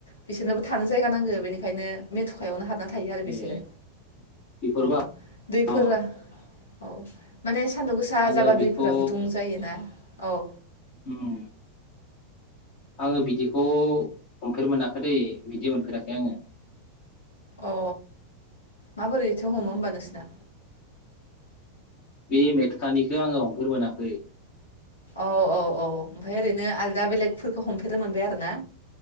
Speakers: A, on the left (about 70°); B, on the left (about 45°).
A: बिसोरनोबो थानो जायगा नांगो बेनिखायनो मेथुकायावनो हाबना थायो आरो बिसोरो
B: ए बेफोरबा
A: औ दैफोरा
B: अ
A: औ माने सान्दुं गोसा
B: आङो
A: जाबा
B: बेखौ
A: दै फोर गुदुं जायोना औ
B: उम आङो बिदिखौ हमफेर मोनाखै दैै बिदि मोनफेराखै आङो
A: अ माबोरैथो हमो होमबा नोंसिना
B: बे मेथखानिखौ आङो हमफेर मोनाखै
A: औ औ औ ओमफ्राय ओरैनो आल दा बेलेगफोरखौ हमफेरनो मोनबाय आरो ना